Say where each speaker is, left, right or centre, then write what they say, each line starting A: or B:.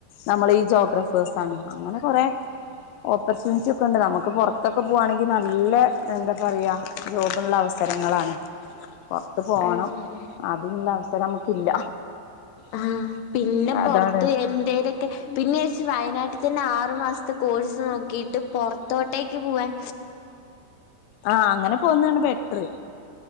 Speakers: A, on the left; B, on the left.
A: നമ്മൾ ഈ ജോഗ്രഫേഴസ് ആണ് അങ്ങനെ കുറേ ഓപ് ഓപ്പർച്യൂണിറ്റി ഒക്കെ ഉണ്ട്. നമുക്ക് പുറത്തൊക്കെ പോകുകവാണെങ്കിൽ നല്ല എന്താ പറയ ജോബിനുള്ള അവസ് സ്ഥലങ്ങളാണ്. പുറത്ത് പോണം
B: അത് ശരി
A: അതിനുള്ള അവസരം നമുക്കില്ല.
B: ആഹ് പിന്നെ പുറത്ത്
A: അതാണ്
B: എന്തേലൊക്കെ പിന്നേച്ചി വയനാ വീട്ടീ തന്നെ ആറു മാസത്തെ കോഴ്സ് നോക്കിട്ട് പൊറത്തോട്ടേക്ക് പോവാൻ.
A: ആഹ് അങ്ങനെ പോവുന്നതാണ് ബെറ്ററ്.